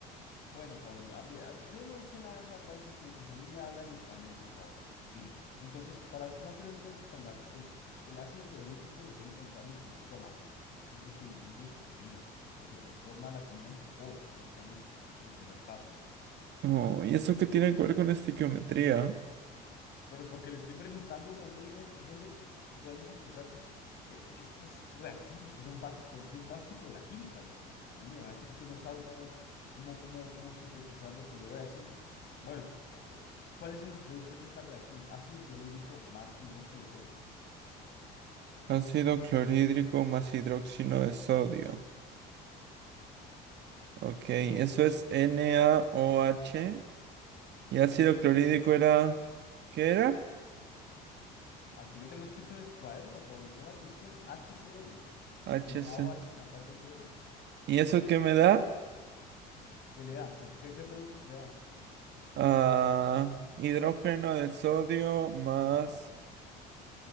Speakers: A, on the left; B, on the right.
A: Bueno, joven, a- a- yo no sé nada de esas vainas frikis. A mí me habla en español, por favor. Mire, entonces, para no hacer el cuento tan largo, el, el ácido clorhídrico lo puede encontrar en su estómago. Es lo que diluye su comida, lo que transforma la comida en popó, básicamente. Es el primer paso.
B: Oh, ¿y eso qué tiene que ver con estequiometría?
A: Pero porque le estoy preguntando de dónde vienen, dónde podemos encontrar estos, eh, estos reactivos que son básicos. Esto es básico de la química, viejo. No me va a decir que no sabe cómo, cómo, cómo, cómo sintetizar lo que le voy a decir. Bueno, eh, ¿cuáles son los productos de esta reacción? Ácido clorhídrico más hidróxido de sodio.
B: Ácido clorhídrico más hidróxido de sodio. Ok, eso es NaOH. Y ácido clorhídrico era... ¿Qué era?
A: Aquí lo tengo escrito en el cuaderno, joven. Ponga atención, HCl,
B: HC.
A: NaOH más HCl.
B: ¿Y eso qué me da?
A: ¿Qué le da? ¿Qué, qué, qué productos le da?
B: Ah, hidrógeno de sodio más...